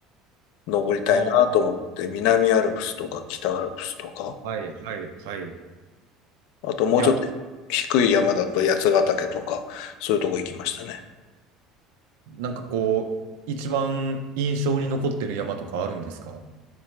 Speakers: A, on the left; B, on the right.
A: 登りたいなと思って、
B: ああ、
A: 南アルプスとか北アルプスとか、
B: はいはいはい。い
A: あともうちょっと低い山だと八ヶ岳とか、
B: や、
A: そういうとこ行きましたね。
B: なんかこう、一番印象に残ってる山とかあるんですか